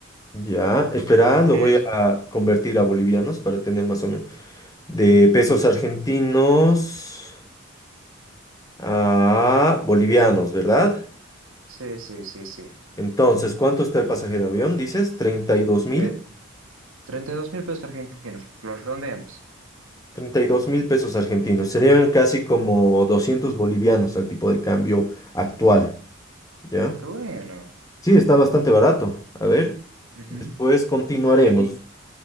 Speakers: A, on the left; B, on the right.
A: Ya, espera, lo
B: que
A: voy
B: es,
A: a convertir a bolivianos para tener más o menos. De pesos argentinos a bolivianos, ¿verdad?
B: sí, sí, sí, sí.
A: Entonces, ¿cuánto está el pasaje de avión? Dices, 32 mil.
B: eh, Treinta y dos mil pesos argentinos, los redondeamos.
A: treinta y dos mil pesos argentinos. Serían casi como 200 bolivianos al tipo de cambio actual, ¿ya?
B: Ah, qué bueno.
A: Sí, está bastante barato. A ver,
B: Ujú.
A: después continuaremos.
B: Yo- Y,